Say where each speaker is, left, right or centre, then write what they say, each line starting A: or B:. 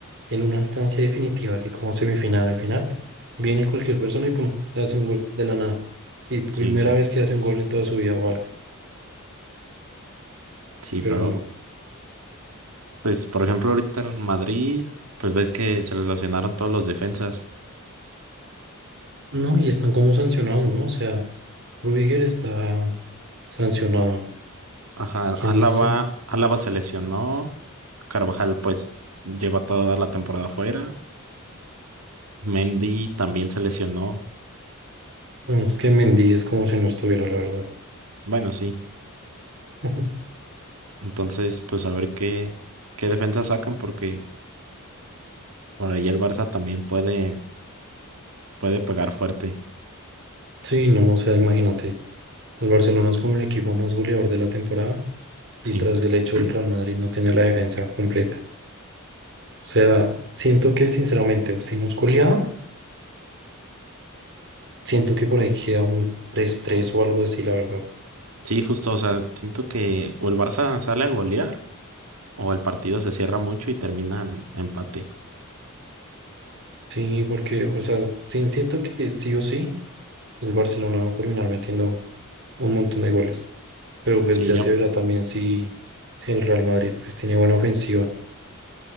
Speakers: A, on the right; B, on the right.
A: en una instancia definitiva, así como semifinal o final, viene cualquier persona y pum, le hace un gol de la nada. Y primera
B: Sí, sí.
A: vez que hace un gol en toda su vida o algo.
B: Sí,
A: Pero
B: pero pues por ejemplo ahorita el Madrid, pues ves que se lesionaron todos los defensas.
A: no, y están como sancionados, ¿no? O sea, Rudiger está sancionado.
B: Ajá, Álava,
A: ¿Quién no sé?
B: Álava se lesionó, Carvajal pues lleva toda la temporada fuera, Mendy también se lesionó.
A: Bueno, es que Mendy es como si no estuviera, la verdad.
B: Bueno, sí.
A: <laughs>
B: Entonces, pues a ver qué qué defensa sacan porque por ahí el Barça también puede puede pegar fuerte.
A: Sí, no, o sea, imagínate, el Barcelona es como el equipo más goleador de la temporada y
B: Sí.
A: tras el hecho
B: <clears throat>
A: el Real Madrid no tiene la defensa completa. O sea, siento que sinceramente, si nos goleada, siento que por ahí queda un tres tres o algo así, la verdad.
B: Sí, justo, o sea, siento que o el Barça sale a golear o el partido se cierra mucho y termina empate.
A: Sí, porque, o sea, sí, siento que sí o sí, el Barcelona va a terminar metiendo un montón de goles. Pero pues
B: Sí,
A: ya
B: yo,
A: se verá también si, si el Real Madrid pues tiene buena ofensiva.